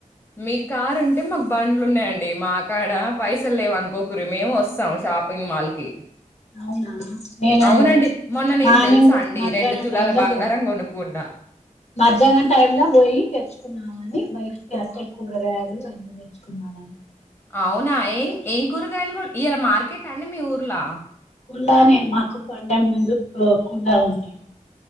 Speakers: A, on the left (about 15°); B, on the left (about 50°).
A: మీకు కారు ఉంటే మాకు బండ్లు ఉన్నాయండి మా కాడ పైసలు లేవు అనుకోకండి మేము వస్తాం షాపింగ్ మాల్ కి
B: అవునా నేను
A: అవునండి మొన్న నేను
B: మార్నింగ్
A: తెలుసా అండి
B: మధ్యాహ్నం
A: రెండు తులాల
B: టైమ్ లో
A: బంగారం
B: పో
A: కొనుక్కున్నాను
B: మధ్యాహ్నం టైం లో పోయి తెచ్చి నాను బయటికి అట్టే కూరగాయలు అన్ని తెచ్చుకున్నాము
A: అవునా ఏం ఏం కూరగాయలు తెచ్చారు ఇయ్యల మార్కెటా అండి మీ ఊర్లో
B: కుల్లానే మాకు పండగ ముందు కూడా ఉంటాయి